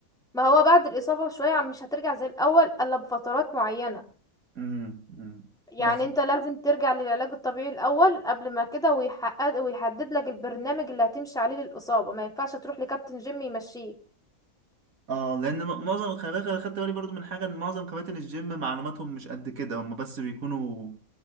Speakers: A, in the centre; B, on the right (about 75°).
A: ما هو بعد الإصابة شوية مش هترجع زي الأول إلا بفترات معينة
B: امم أمم.
A: يعني
B: بس
A: انت لازم ترجع للعلاج الطبيعي الأول قبل ما كده ويحقق ويحدد لك البرنامج اللي هتمشي عليه للإصابة ما ينفعش تروح لكابتن جيم يمشيك
B: اه لان م- معظم خلي بالك انا خدت بالي برضو من حاجه ان معظم كباتن الجيم معلوماتهم مش قد كده هم بس بيكونوا